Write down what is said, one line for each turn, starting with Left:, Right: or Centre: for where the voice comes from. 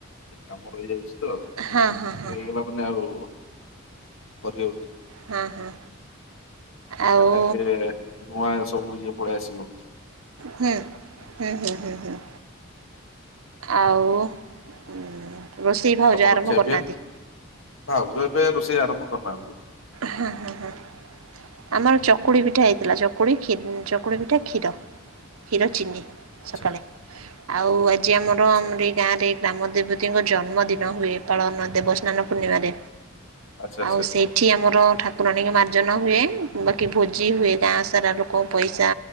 Left: କାମ ରହିଯାଉଚି ତ ଆଉ
Right: ହଁ
Left: ଟିକେ ବିଜି
Right: ହଁ।
Left: ରହିଗଲା ମାନେ ଆଉ କରି ହବନି
Right: ହଁ ହଁ ଆଉ
Left: କାହିଁକିନା ଏବେ ନୂଆ ସବୁ ଇଏ ପଳେଇ ଆସିବୁ।
Right: ହୁଁ ହୁଁ ହୁଁ ହୁଁ ହୁଁ। ଆଉ ଉଁ ରୋଷେଇ ଭାଉଜ
Left: ତମର
Right: ଆରମ୍ଭ
Left: ଖିଆପିଆ
Right: କରିନାହାନ୍ତି?
Left: ଭାଉଜ ଏବେ ରୋଷେଇ ଆରମ୍ଭ କରିନାହାନ୍ତି।
Right: ହୁଁ ହୁଁ ହୁଁ। ଆମର ଚକୁଳି ପିଠା ହେଇଥିଲା ଚକୁଳି ଖୀ ଚକୁଳି ପିଠା କ୍ଷୀର କ୍ଷୀର ଚିନି।
Left: ଆଚ୍ଛା
Right: ସକାଳେ ଆଉ ଆଜି ଆମର
Left: ଆଚ୍ଛା
Right: ଆମରି ଗାଁରେ ଗ୍ରାମ ଦେବତୀଙ୍କ ଜନ୍ମଦିନ ହୁଏ ପାଳନ ଦେବସ୍ନାନ ପୂର୍ଣ୍ଣିମାରେ।
Left: ଆଚ୍ଛା
Right: ଆଉ
Left: ଆଚ୍ଛା ଆଚ୍ଛା
Right: ସେଇଠି ଆମର ଠାକୁରାଣୀଙ୍କ ମାର୍ଜନା ହୁଏ। ବାକି ଭୋଜି ହୁଏ ଗାଁ ସାରା ଲୋକ ପଇସା